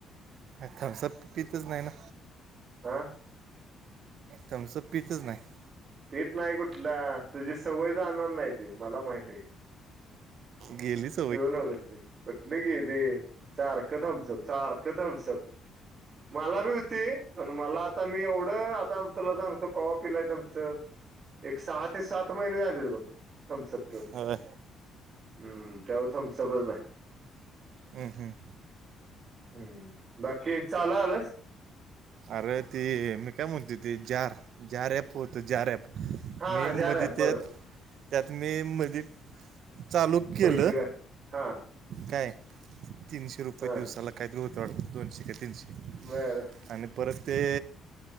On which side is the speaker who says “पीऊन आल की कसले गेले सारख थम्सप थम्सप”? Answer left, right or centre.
Right